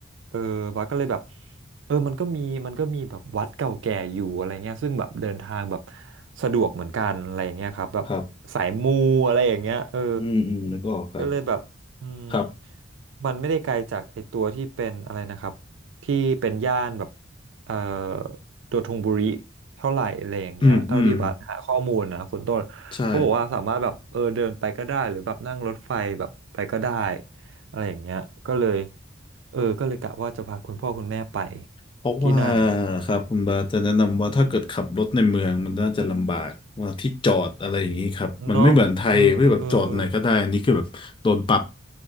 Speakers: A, on the right; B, on the left.
A: เออบ้านก็เลยแบบเออมันก็มีมันก็มีแบบวัดเก่าแก่อยู่อะไรเงี้ยซึ่งแบบเดินทางแบบสะดวกเหมือนกันอะไรเงี้ยครับแบบสายมูอะไรอย่างเงี้ยเออ
B: ครับอืมอืมแล้วก็ออกครับ
A: ก็เลยแบบอืม
B: ครับ
A: มันไม่ได้ไกลจากไอตัวที่เป็นอะไรนะครับที่เป็นย่านแบบเอ่อ ตัวทงบุริเท่าไหร่อะไรอย่างเงี้ยเท่าที่บัสหาข้อมูลนะคุณต้นเขาบอกว่าสามารถแบบเออเดินไปก็ได้หรือแบบนั่งรถไฟแบบไปก็ได้
B: อืมอืม ใช่
A: อะไรอย่างเงี้ยก็เลยเออก็เลยกะว่าจะพาคุณพ่อคุณแม่ไป
B: เพราะว่า
A: ที่นั่น
B: ครับคุณบาจะแนะนำว่าถ้าเกิดขับรถในเมืองมันน่าจะลำบากว่าที่จอดอะไรอย่างนี้ครับมันไม่เหมือนไทยไม่แบบจอดไหนก็ได้อันนี้คือแบบโดนปรับ
A: เนาะเออ